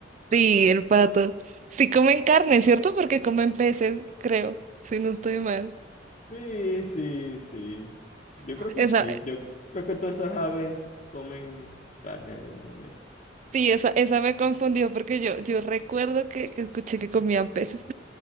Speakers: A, on the right; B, on the left.
A: Sí, el pato. Sí comen carne, ¿cierto? Porque comen peces, creo, si no estoy mal.
B: Sí, sí, sí. Yo creo que
A: Esa,
B: sí. Yo creo que todas esas aves comen carne en algún momento.
A: sí, esa, esa me confundió porque yo, yo recuerdo que, que escuché que comían peces.